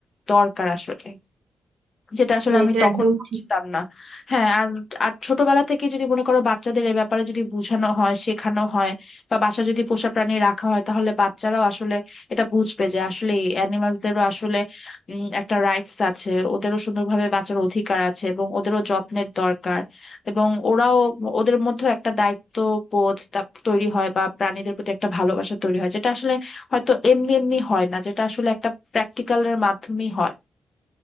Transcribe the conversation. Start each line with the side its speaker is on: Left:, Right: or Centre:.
Left: দরকার আসলে যেটা আসলে
Right: মানে
Left: আমি
Right: এটা
Left: তখন
Right: একদম
Left: বুঝতাম
Right: ঠিক-
Left: না হ্যাঁ আর আর ছোটবেলা থেকে যদি মনে করো বাচ্চাদের এ ব্যাপারে যদি বোঝানো হয় শেখানো হয় বা বাসা যদি পোষা প্রাণী রাখা হয় তাহলে বাচ্চারাও আসলে এটা বুঝবে যে আসলে অ্যানিমালসদেরও আসলে উম, একটা রাইটস আছে ওদেরও সুন্দরভাবে বাঁচার অধিকার আছে এবং ওদেরও যত্নের দরকার এবং ওরাও ওদের মধ্যে একটা দায়িত্ব বোধ তা- তৈরি হয় বা প্রাণীদের প্রতি একটা ভালোবাসা তৈরি হয় যেটা আসলে হয়তো এমনি এমনি হয় না যেটা আসলে একটা প্র্যাকটিক্যালের মাধ্যমেই হয়